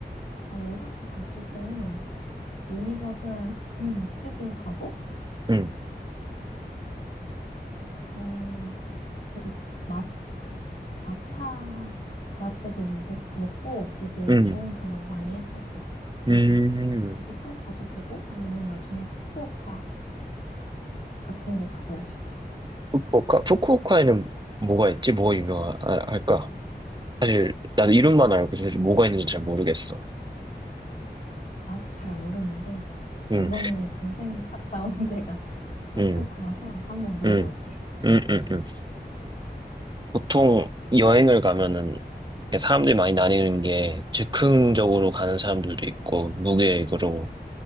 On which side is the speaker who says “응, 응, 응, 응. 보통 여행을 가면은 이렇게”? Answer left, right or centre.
Right